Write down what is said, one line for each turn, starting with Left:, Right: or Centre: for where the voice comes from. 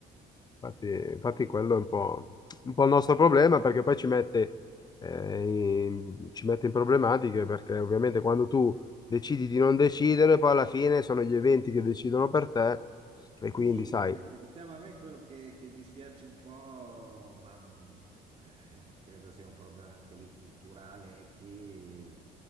Left: Infatti, infatti quello è un po', un po' il nostro problema perché poi ci mette, eh, in, ci mette in problematiche perché ovviamente quando tu decidi di non decidere, poi alla fine sono gli eventi che decidono per te e quindi
Right: Sì,
Left: sai,
Right: ecco, diciamo a me quello che, che dispiace un po', ma mh, eh, credo sia un problema anche lì culturale, è che